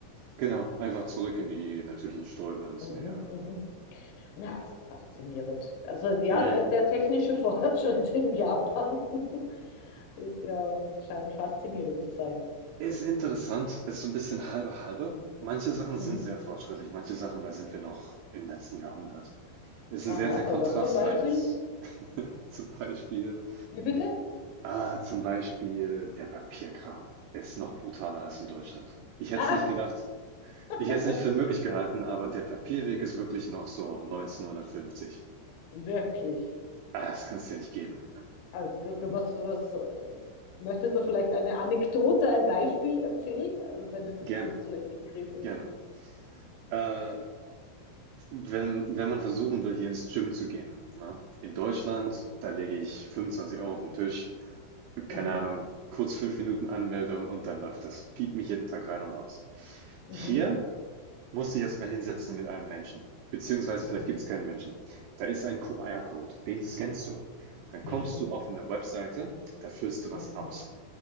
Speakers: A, on the right; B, on the left.
A: Genau, einfach zurück in die natürlichen Ströme, ins
B: Mhm,
A: Meer.
B: mhm. Na, also faszinierend. Also ja,
A: Mm.
B: äh, der technische <laughs> Fortschritt in Japan. <laughs> Ist ja, scheint faszinierend zu sein.
A: Ist interessant, ist so ein bisschen halbe halbe. Manche Sachen
B: Mhm.
A: sind sehr fortschrittlich, manche Sachen, da sind wir noch im letzten Jahrhundert. Ist
B: Aha,
A: ein sehr, sehr
B: bei
A: kontrastreiches.
B: was zum Beispiel?
A: <laughs> Zum Beispiel,
B: Wie bitte?
A: ah, zum Beispiel der Papierkram ist noch brutaler als in Deutschland. Ich hätte
B: Ah,
A: es nicht gedacht,
B: <laughs>
A: ich hätte es nicht für möglich gehalten, aber der Papierweg ist wirklich noch so 1950.
B: wirklich.
A: Ah, das kannst du dir nicht geben.
B: Also, Was, was, möchtest du vielleicht eine Anekdote, ein Beispiel erzählen? Also, wenn das jetzt
A: Gerne,
B: nicht so indiskret ist.
A: gerne. Äh, wenn, wenn man versuchen will, hier ins Gym zu gehen, ne? In Deutschland, da lege ich 25 Euro auf den Tisch, keine
B: Mhm,
A: Ahnung, kurz fünf Minuten Anmeldung und dann läuft das. Piep mich jeden Tag rein und raus.
B: mhm,
A: Hier musste ich erstmal hinsetzen mit einem Menschen, beziehungsweise
B: mhm,
A: vielleicht gibt es keinen Menschen. Da ist ein QR-Code, den scannst du. Dann
B: mhm,
A: kommst du auf eine Webseite, da füllst du was
B: mhm,
A: aus.